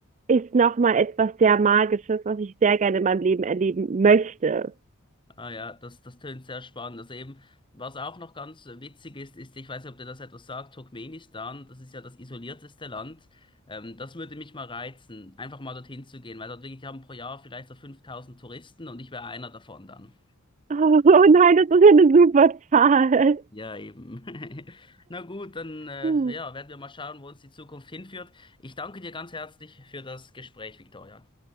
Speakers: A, on the right; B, on the left.
A: ist nochmal etwas sehr Magisches, was ich sehr gerne in meinem Leben erleben möchte.
B: Ah ja, das, das tönt sehr spannend. Also eben, was auch noch ganz witzig ist, ist, ich weiß nicht, ob dir das etwas sagt, Turkmenistan, das ist ja das isolierteste Land. Ähm, das würde mich mal reizen, einfach mal dorthin zu gehen, weil dort wirklich haben pro Jahr vielleicht so 5000 Touristen und ich wäre einer davon dann.
A: <laughs> Oh oh nein, das ist ja eine super Zahl.
B: Ja, eben. <laughs> Na gut, dann äh,
A: Hm.
B: ja, werden wir mal schauen, wo uns die Zukunft hinführt. Ich danke dir ganz herzlich für das Gespräch, Victoria.